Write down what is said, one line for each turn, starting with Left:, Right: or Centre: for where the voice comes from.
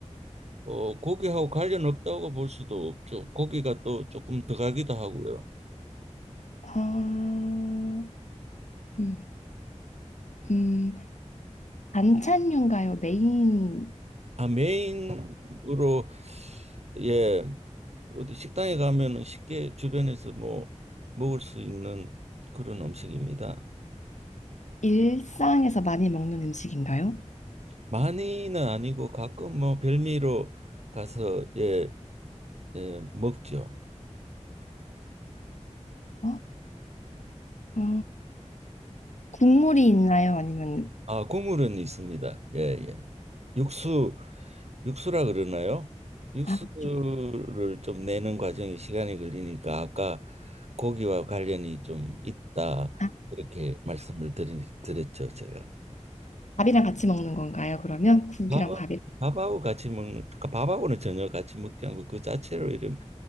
Right: 어, 고기하고 관련 없다고 볼 수도 없죠. 고기가 또 조금 들어가기도 하고요.
Left: 아, 음, 음, 반찬류인가요? 메인
Right: 아, 메인으로 예, 어디 식당에 가면은 쉽게 주변에서 뭐 먹을 수 있는 그런 음식입니다.
Left: 일상에서 많이 먹는 음식인가요?
Right: 많이는 아니고 가끔 뭐 별미로 가서 예, 예 먹죠.
Left: 어? 어, 국물이 있나요? 아니면
Right: 아, 국물은 있습니다. 예, 예. 육수 육수라 그러나요? 육수를
Left: 아, 죽-
Right: 좀 내는 과정이 시간이 걸리니까 아까 고기와 관련이 좀 있다
Left: 아,
Right: 그렇게 말씀을 드리, 드렸죠, 제가.
Left: 밥이랑 같이 먹는 건가요? 그러면 국이랑
Right: 밥하-
Left: 밥이
Right: 밥하고 같이 먹는, 그러니까 밥하고는 전혀 같이 먹지 않고 그 자체로 이런